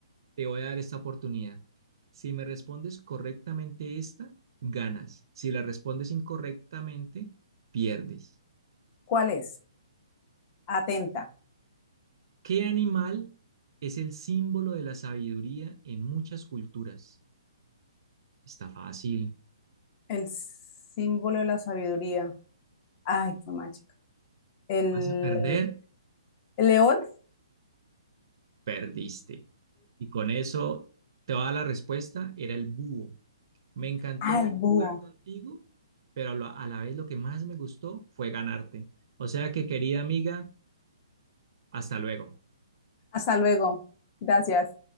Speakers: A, on the right; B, on the left.
A: te voy a dar esta oportunidad. Si me respondes correctamente esta, ganas. Si la respondes incorrectamente, pierdes.
B: ¿Cuál es? Atenta.
A: ¿Qué animal es el símbolo de la sabiduría en muchas culturas? Está fácil.
B: El símbolo de la sabiduría. Ay, qué macho. El
A: ¿Vas a perder?
B: El león.
A: Perdiste. Y con eso te va a dar la respuesta, era el búho. Me encantó
B: Ah, el búho.
A: jugar contigo, pero a la a la vez lo que más me gustó fue ganarte. O sea que, querida amiga, hasta luego.
B: Hasta luego. Gracias.